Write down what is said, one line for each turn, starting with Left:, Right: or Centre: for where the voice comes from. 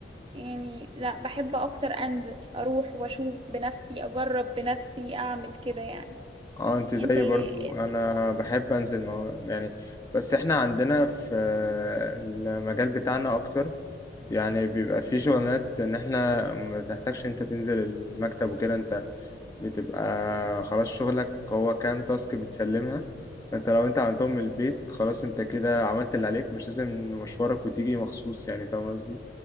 Right: يعني لا بحب أكتر أنزل أروح وأشوف بنفسي أجرب بنفسي أعمل كده يعني
Left: اه انت زيي
Right: أنت إيه-
Left: برضو انا بحب انزل مع يعني بس احنا عندنا في المجال بتاعنا اكتر يعني بيبقى في شغلانات ان احنا ما تحتاجش انت تنزل المكتب وكده انت بتبقى خلاص شغلك هو كام تاسك بتسلمها فانت لو انت عملتهم من البيت خلاص انت كده عملت اللي عليك مش لازم مشوارك وتيجي مخصوص يعني فاهم قصدي